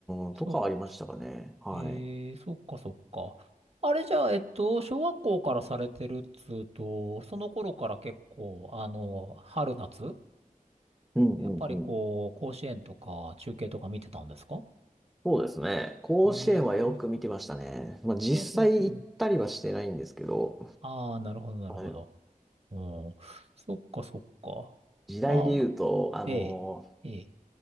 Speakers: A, in the centre; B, on the right (about 45°).
A: ーん、
B: そっかそっか、
A: とかありましたかね。はい。
B: えー、そっかそっか。あれじゃあ、えっと、小学校からされてるっつうと、その頃から結構、あの、春夏
A: うんうんうん。
B: やっぱりこう、甲子園とか中継とか見てたんですか
A: そうですね。甲子園はよく見てましたね。
B: えー、
A: まあ、実際行ったりはしてないんですけど、
B: ほうほうほう。ああ、なるほど、なるほど。
A: あの
B: うん。そっかそっか。
A: 時代で言うと、
B: あ、
A: あの
B: ええ、ええ。